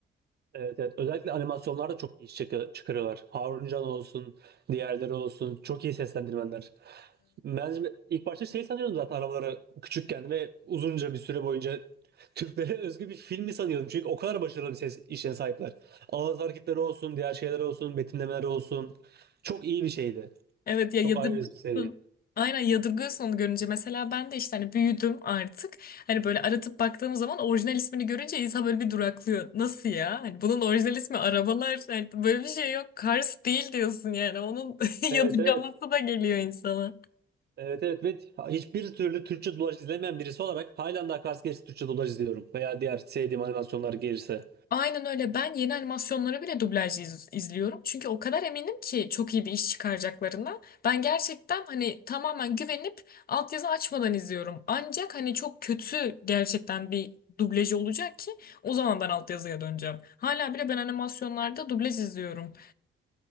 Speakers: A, on the right; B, on the left.
A: Evet, evet. Özellikle animasyonlarda çok iyi iş çıkı- çıkarıyorlar. Harun Can olsun, diğerleri olsun. Çok iyi seslendirmenler. Ben ilk başta şey sanıyordum zaten arabaları küçükken ve uzunca bir süre boyunca Türklere <laughs> özgü bir film mi sanıyordum. Çünkü o kadar başarılı bir ses işe sahipler. Ağız hareketleri olsun, diğer şeyler olsun, betimlemeler olsun. Çok iyi bir şeydi.
B: Evet ya
A: Çok
B: yadırgıyorsun.
A: ayrı bir seviye.
B: Aynen yadırgıyorsun onu görünce. Mesela ben de işte hani büyüdüm artık. Hani böyle aratıp baktığım zaman orijinal ismini görünce insan böyle bir duraklıyor. Nasıl ya? Hani bunun orijinal ismi arabalar. Hani böyle bir şey yok. Cars değil diyorsun yani. Onun <laughs>
A: Evet
B: yadırgaması
A: evet.
B: da geliyor insana.
A: Evet evet ve hiçbir türlü Türkçe dublaj izlemeyen birisi olarak halen daha Cars gerisi Türkçe dublaj izliyorum. Veya diğer sevdiğim animasyonlar gelirse.
B: Aynen öyle. Ben yeni animasyonları bile dublaj iz- izliyorum. Çünkü o kadar eminim ki çok iyi bir iş çıkaracaklarına. Ben gerçekten hani tamamen güvenip altyazı açmadan izliyorum. Ancak hani çok kötü gerçekten bir dublajı olacak ki o zaman ben altyazıya döneceğim. Hala bile ben animasyonlarda dublaj izliyorum.